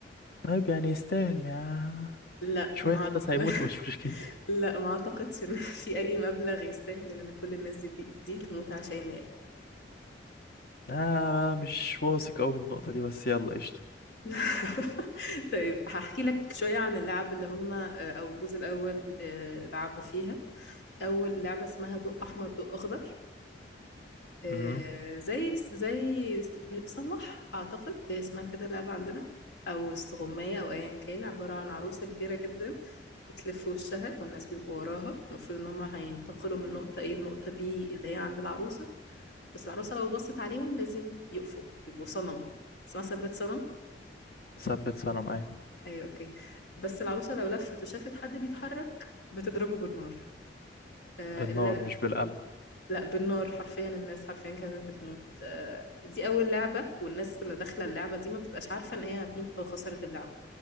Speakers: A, on the left; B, on the left.
A: طيب يعني يستاهل يا
B: لا
A: شوية
B: ما أعت-
A: ناس هيموتوا
B: <laughs>
A: مش مشكلة
B: لا ما اعتقدش ان <laughs> في اي مبلغ يستاهل ان كل الناس دي دي, دي تموت عشانه يعني
A: آه مش واثق قوي من النقطة دي بس يلا قشطة
B: <laughs> طيب هحكي لك شوية عن اللعب اللي هم آه، أو الجزء الأول آه، لعبوا فيها أول لعبة اسمها ضوء أحمر ضوء أخضر آه،
A: مهم.
B: زي زي صلح أعتقد هي اسمها كده اللعبة عندنا أو استغماية أو أيا كان عبارة عن عروسة كبيرة جدا بتلف وشها والناس بيبقوا وراها المفروض إن هم هينتقلوا من نقطة A لنقطة B اللي هي عند العروسة بس العروسة لو بصت عليهم لازم يقفوا يبقوا صنم اسمها ثبت صنم
A: ثبت صنم ايوه
B: ايوه اوكي بس العروسه لو لفت وشافت حد بيتحرك بتضربه بالنار آه
A: بالنار
B: لا
A: مش بالقلم
B: لا بالنار حرفيا الناس حرفيا كانت بتموت آه دي اول لعبه والناس اللي داخله اللعبه دي ما بتبقاش عارفه ان هي هتموت لو خسرت اللعبه